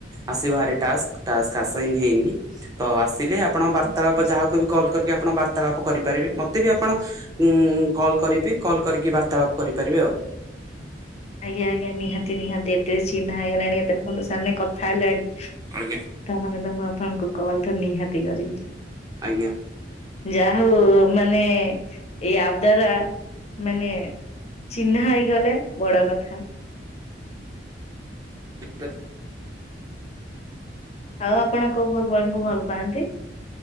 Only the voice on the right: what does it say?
ଆସିବ ହେରି ଟାସ୍କ ହେଇନି ତ ଆସିଲେ ଆ ଆପଣ ବାର୍ତ୍ତାଳାପ
ଯାହାକୁ ବି କଲ୍ କରିକି ଆପଣ ବାର୍ତ୍ତାଳାପ କରିପାରିବେ ମତେ ବି ଆପଣ ଉଁ କଲ୍ କରିବି କଲ୍ କରିକି ବାର୍ତ୍ତାଳାପ କରିପାରିବେ ଆଉ।
ଆଜ୍ଞା।
ଆଜ୍ଞା।
<unintelligible>